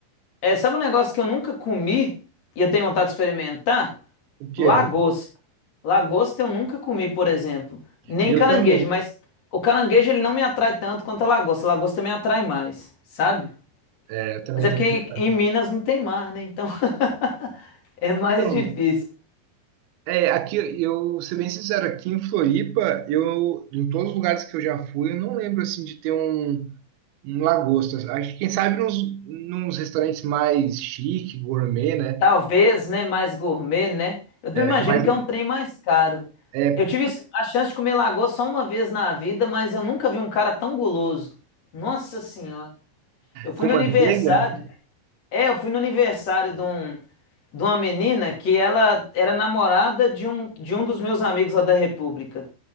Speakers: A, on the left; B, on the right.
A: É, sabe um negócio que eu nunca comi e eu tenho vontade de experimentar?
B: O quê?
A: Lagosta. Lagosta eu nunca comi, por exemplo. Nem
B: Eu
A: caranguejo,
B: também,
A: mas o caranguejo ele não me atrai tanto quanto a lagosta. A lagosta me atrai mais, sabe?
B: né, eu também
A: Mas é
B: tenho
A: porque
B: vontade.
A: em Minas não tem mar, né? Então <laughs> é mais
B: Então,
A: difícil.
B: É, aqui eu, ser bem sincero, aqui em Floripa, eu, em todos os lugares que eu já fui, eu não lembro assim de ter um, um lagosta. Acho que quem sabe nos, nos restaurantes mais chique, gourmet, né?
A: Talvez, né? Mais gourmet, né? Eu também
B: É,
A: imagino
B: mas
A: que é um trem mais caro.
B: é,
A: Eu tive a chance de comer lagosta só uma vez na vida, mas eu nunca vi um cara tão guloso. Nossa Senhora. Eu fui
B: com
A: no
B: manteiga?
A: aniversário. É, eu fui no aniversário de um, de uma menina que ela era namorada de um, de um dos meus amigos lá da República.